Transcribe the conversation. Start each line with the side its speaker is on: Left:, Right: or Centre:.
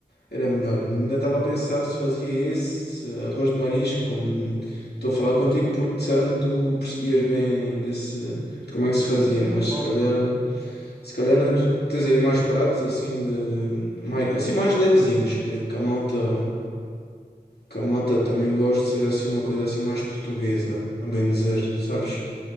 Left: era melhor. Ainda estava a pensar se fazia esse arroz de marisco, como estou a falar contigo porque disseram-me que tu percebias bem desse, de como é que se fazia,
Right: Sim, sim,
Left: mas
Right: claro.
Left: se calhar. Se calhar não, tu tens aí mais pratos assim de mais, assim mais levezinhos que, que a malta que a malta também gosta de ser assim uma coisa assim mais portuguesa, a bem dizer, sabes?